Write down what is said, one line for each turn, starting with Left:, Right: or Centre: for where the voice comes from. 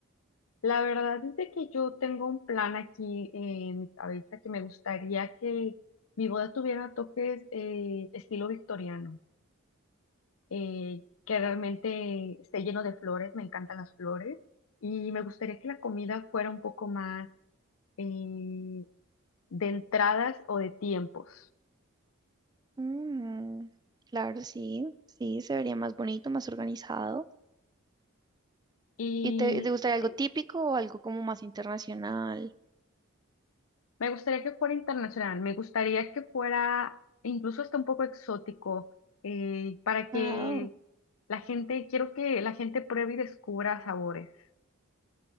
Left: La verdad es de que yo tengo un plan aquí eh, en mi cabeza que me gustaría que mi boda tuviera toques eh, estilo victoriano, eh, que realmente esté lleno de flores, me encantan las flores, y me gustaría que la comida fuera un poco más eh, de entradas o de tiempos.
Right: Mm, claro, sí, sí, se vería más bonito, más organizado.
Left: Y
Right: ¿Y te, te gustaría algo
Left: sí.
Right: típico o algo como más internacional?
Left: Me gustaría que fuera internacional, me gustaría que fuera incluso hasta un poco exótico, eh, para que
Right: Wow.
Left: la gente, quiero que la gente pruebe y descubra sabores.